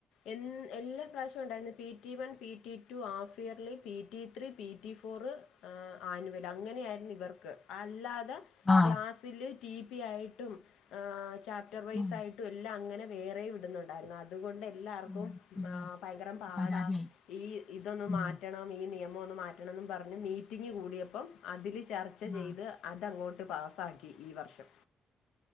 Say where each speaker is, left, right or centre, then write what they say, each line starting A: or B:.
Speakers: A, on the left; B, on the left.
A: എൻ എല്ലാ പ്രാവശ്യവും ഉണ്ടായിരുന്നു P T one P T two half yearly P T three P T four ആഹ് ആനുവൽ അങ്ങനെയ ആായിരുന്നു ഇവർക്ക് അല്ലാതെ
B: ആഹ്
A: ക്ലാസില് ടി പി ആയിട്ടും ചാപ്റ്റർ വൈ
B: ഉം
A: ആയിട്ടും എല്ല അങ്ങനെ വേറെ വിടുന്നുണ്ടായിരുന്നു അതുകൊണ്ട് എല്ലാവർക്കും
B: ഉം എല്ലാർക്കും
A: ഭയങ്കര പാടാ
B: പരാതിയായി
A: ഈ ഇതൊന്ന
B: ഉം
A: മാറ്റണം ഈ നിയമം മാറ്റണം മാറ്റണംന്ന് പറഞ്ഞ് മീറ്റിംഗ് കൂടിയപ്പം അതിൽ ചർച്ച ചെയ്ത്
B: ആഹ്
A: അതങ്ങോട്ട് പാസ്സാക്കി ഈ വർഷം